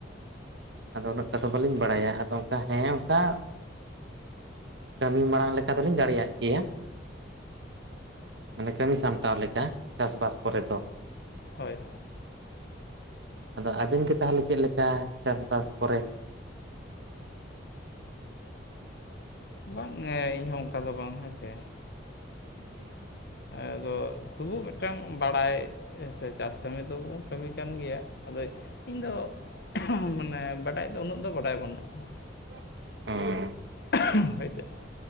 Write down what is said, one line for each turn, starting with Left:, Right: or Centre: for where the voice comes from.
Right: ᱟᱫᱚ ᱩᱱᱟᱹᱜ ᱴᱟ ᱫᱚ ᱵᱟᱹᱞᱤᱧ ᱵᱟᱲᱟᱭᱟ ᱟᱫᱚ ᱚᱱᱠᱟ ᱦᱮᱸ ᱚᱱᱠᱟ᱾ ᱠᱟᱹᱢᱤ ᱢᱟᱲᱟᱝ ᱞᱮᱠᱟ ᱫᱚᱞᱤᱧ ᱫᱟᱲᱮᱭᱟᱜ ᱜᱮᱭᱟ᱾ ᱢᱟᱱᱮ ᱠᱟᱹᱢᱤ ᱥᱟᱢᱴᱟᱣ ᱞᱮᱠᱟ, ᱪᱟᱥᱵᱟᱥ ᱠᱚᱨᱮ ᱫᱚ᱾
Left: ᱦᱳᱭ᱾
Right: ᱟᱫᱚ ᱟᱵᱤᱱ ᱜᱮ ᱛᱟᱦᱚᱞᱮ ᱪᱮᱫ ᱞᱮᱠᱟ ᱪᱟᱥᱵᱟᱥ ᱠᱚᱨᱮ᱾
Left: ᱵᱟᱝ ᱤᱧᱦᱚᱸ ᱚᱱᱠᱟ ᱫᱚ ᱵᱟᱝ ᱦᱮᱸᱥᱮ‌,
Right: <inaudible>
Left: ᱟᱫᱚ ᱛᱚᱵᱩ ᱢᱤᱫᱴᱟᱝ ᱵᱟᱲᱟᱭ᱾ ᱦᱮ ᱥᱮ ᱪᱟᱥ ᱠᱟᱹᱢᱤ ᱫᱚᱵᱚᱱ ᱠᱟᱹᱢᱤ ᱠᱟᱱ ᱜᱮᱭᱟ, ᱟᱫᱚᱭ ᱤᱧ
Right: ᱦᱩᱸ
Left: ᱫᱚ <inaudible> ᱢᱟᱱᱮ ᱵᱟᱰᱟᱭ ᱫᱚ ᱩᱱᱟᱹᱜ ᱫᱚ ᱵᱟᱰᱟᱭ ᱵᱟᱹᱱᱩᱜᱼᱟ ᱾
Right: <inaudible>
Left: <inaudible> ᱦᱳᱭ ᱪᱮᱫ